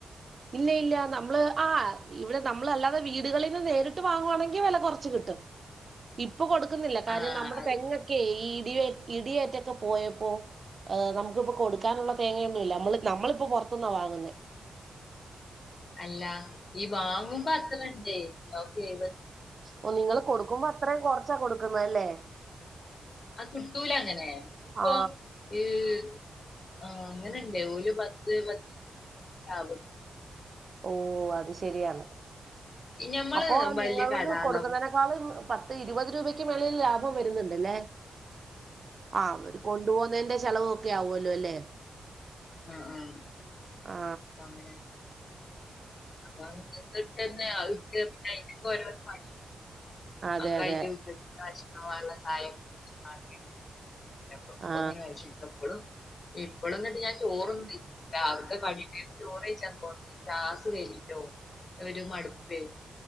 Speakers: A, on the right (about 50°); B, on the left (about 55°).
A: ഇല്ല ഇല്ല നമ്മള് ആഹ്. ഇവിടെ നമ്മൾ അല്ലാതെ വീടുകളിൽ നിന്ന് നേരിട്ട് വാങ്ങുവാണെങ്കിൽ വെല കൊർച്ച് കിട്ടും. ഇപ്പൊ കൊടുക്കുന്നില്ല കാര്യം
B: ആ
A: നമ്മുടെ
B: അത്
A: തെങ്ങൊക്കെ ഈ ഇടേ ഇടിയേറ്റൊക്കെ പോയപ്പോ ഏഹ് നമ്ക്കിപ്പൊ കൊടുക്കാൻള്ള തേങ്ങയൊന്നും ഇല്ല നമ്മള് നമ്മളിപ്പൊ പൊർത്ത്ന്നാ വാങ്ങുന്നേ.
B: അല്ല ഈ വാങ്ങുംപ അത്രണ്ട് നോക്കിഎയ്
A: ഓ നിങ്ങള് കൊടുക്കുമ്പോ അത്രയും കൊറച്ചാ കൊടുക്കുന്നല്ലേ?
B: അത് കിട്ടൂല അങ്ങനെ ഇപ്പൊ
A: ആ
B: <unintelligible> ആ അങ്ങനെണ്ട് ഓല് പത്ത് പതിനഞ് കിലോ ആവും
A: ഓ അത് ശരിയാണ്
B: ഈ ഞമ്മള്
A: അപ്പോനിങ്ങക്ക്
B: വലിയ കടാള്ള
A: കൊടുക്കുന്നേ ന്നാള് പത്ത് ഇരുപത് രൂപയ്ക്ക് മേളിൽ ലാഭം വരുന്നുണ്ട്ല്ലേ? ആ അവര് കൊണ്ടു പോവുന്നതിന്റെ ചെലവ ഒക്കെ ആവുവല്ലോ ല്ലേ?
B: ആഹ് ആഹ്
A: ആ
B: പ്പങ്ങനെ. അപ്പൊ അ നിന്നിട്ട്ന്നെക്ക് പിന്നെ അതിനൊക്കെ രോരോ പണിയ
A: അതെ
B: ആ കഴിക്
A: അതെ
B: വിട്ട് രാജവാനുള്ള തായേ കുച്ച് കാണണ്ട് ല്ലപ്പോ പ്പങ്ങനെയിച്ചീകാ
A: ആ
B: പ്പളും ഇപ്പളും ന്നട്ട് ഞാൻ ചോറൊന്ന് രാവിലെത്തെ കടിൻണ്ടേനു ചോറായ്ച്ചൻ യൊന്നുമില്ല ഗ്യാസ് കേരിട്ടോ ഒരു മട്പ്പേ